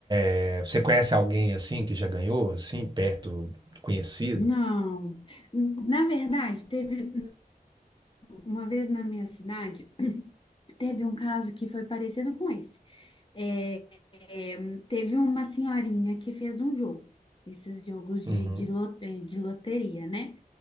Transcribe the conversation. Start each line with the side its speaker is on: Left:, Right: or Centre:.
Right: É, você conhece alguém assim que já ganhou, assim, perto, conhecido?
Left: Não. Na verdade, teve, Uma vez na minha cidade, <clears throat> teve um caso que foi parecido com esse. É, é, teve uma senhorinha que fez um jogo, esses jogos de,
Right: Uhum.
Left: de, lo- eh, de loteria, né?